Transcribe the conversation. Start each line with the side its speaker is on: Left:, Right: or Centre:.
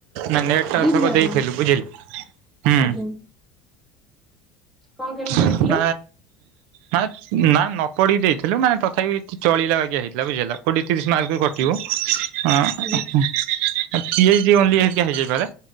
Right: ନା ନେଟ ତା
Centre: ଦେଇଥିଲେ
Right: ଆର ଥରକ
Centre: ଆପଣ
Right: ଦେଇଥିଲୁ। ବୁଝିଲେ? ହୁଁ
Centre: ଆଜ୍ଞା। କଣ କେମିତି?
Right: <unintelligible>
Centre: ହେଇଥିଲା?
Right: ହାସ୍ ନା ନ ପଢି ଦେଇଥିଲୁ ନା ତଥାପି ଚ ଚଳିଲା ବାଗିଆ ହେଇଥିଲା ବୁଝିହେଲା। କୋଡିଏ ତିରିଶ ମାର୍କ ରୁ କ <unintelligible>
Centre: ଆଚ୍ଛା
Right: ଆଁ
Centre: ଆଜ୍ଞା।
Right: ଆ ପି ଏଚ ଡି ଓନଲି ହେରିକା ହେଇଯାଇପାରେ।